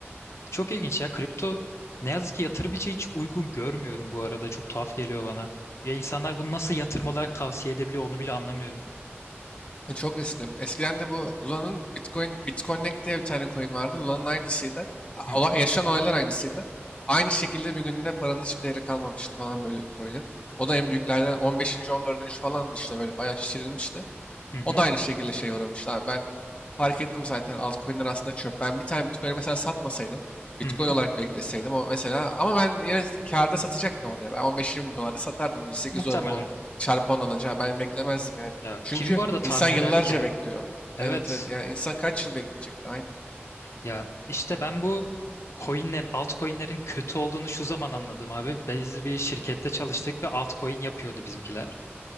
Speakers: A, on the left; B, on the left.
A: Çok ilginç ya. Kripto ne yazık ki yatırım için hiç uygun görmüyorum bu arada. Çok tuhaf geliyor bana. Ya insanlar bunu nasıl yatırım olarak tavsiye edebiliyor onu bile anlamıyorum.
B: E, çok riskli. Eskiden de bu Luna'nın Bitcoin, Bitconnect diye bir tane coin vardı. Luna'nın aynısıydı. A-
A: Hı hı.
B: ola- Yaşanan olaylar aynısıydı. Aynı şekilde bir günde paranın hiçbir değeri kalmamıştı falan böyle coin'in. O da en büyüklerden 15. 14. falan işte böyle bayağı şişirilmişti.
A: Hı hı.
B: O da aynı şekilde şeye uğramıştı abi. Ben fark ettim zaten altcoin'ler aslında çöp. Ben bir tane Bitcoin'i mesela satmasaydım, Bitcoin
A: Hı hı.
B: olarak bekleseydim o mesela ama ben yine kârda satacaktım onu ya. Ben 15-20 bin dolarda satardım. 1800
A: Muhtemelen.
B: dolarım oldu. Çarpı 10 alınca Abi ben beklemezdim yani.
A: Ya
B: Çünkü
A: kim bu arada tahmin
B: insan yıllarca
A: ederdi ki? ha?
B: bekliyor. Evet
A: Evet.
B: evet yani insan kaç yıl bekleyecek? Aynen
A: Ya işte ben bu coinlerin, altcoinlerin kötü olduğunu şu zaman anladım abi. Biz bir şirkette çalıştık ve altcoin yapıyordu bizimkiler.